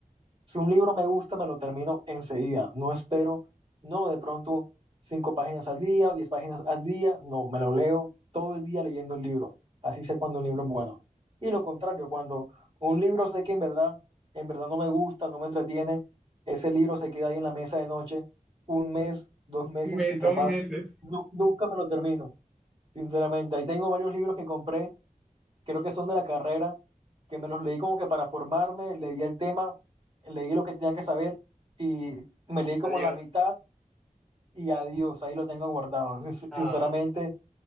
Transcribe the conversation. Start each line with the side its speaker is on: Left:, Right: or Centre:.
Right: Si un libro me gusta, me lo termino enseguida. No espero, no de pronto cinco páginas al día o diez páginas al día. No, me lo leo todo el día leyendo el libro. Así sé cuando un libro es bueno. Y lo contrario, cuando un libro sé que en verdad, en verdad no me gusta, no me entretiene, ese libro se queda ahí en la mesa de noche un mes, dos meses
Centre: Me-
Right: y
Centre: dos
Right: capaz
Centre: meses.
Right: nu- nunca me lo termino. Sinceramente, ahí tengo varios libros que compré creo que son de la carrera, que me los leí como que para formarme, leí el tema, leí lo que tenía que saber y me leí como
Centre: Adiós.
Right: la mitad y adiós, ahí lo tengo guardado. <laughs> Sin- sin-
Centre: No,
Right: Sinceramente,